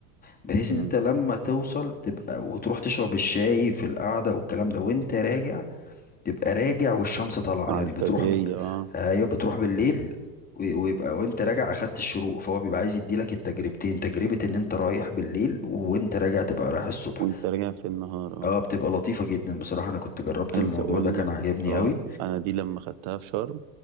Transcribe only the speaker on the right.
امم
على الفجريه
اه
وانت راجع في النهار اه
عايز
اقول
لك
اه
انا دي لما خدتها في شرم